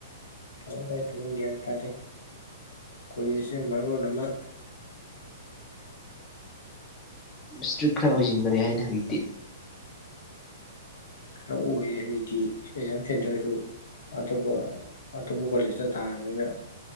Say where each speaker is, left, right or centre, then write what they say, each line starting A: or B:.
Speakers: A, on the left; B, on the left.
A: ꯀꯃꯥꯏ ꯀꯃꯥꯏ ꯐꯖꯅꯥ ꯒ꯭ꯌꯥꯟ ꯇꯥꯗꯦ ꯀꯣꯂꯦꯖꯁꯤꯅ ꯃꯔꯣꯟ ꯑꯃ
B: ꯏꯁꯇ꯭ꯔꯤꯛꯠ ꯈꯔ ꯑꯣꯏꯁꯤꯟꯈꯔꯦ ꯍꯥꯏꯅꯦ ꯍꯧꯖꯤꯛꯇꯤ
A: ꯈꯔ ꯑꯣꯏꯔꯦ ꯑꯩꯗꯤ ꯑꯦꯛꯖꯥꯝ ꯁꯦꯟꯇꯔꯁꯨ ꯑꯇꯣꯞꯄ ꯑꯇꯣꯞꯄ ꯀꯣꯂꯦꯖꯇ ꯇꯥꯔꯕꯅꯤꯅ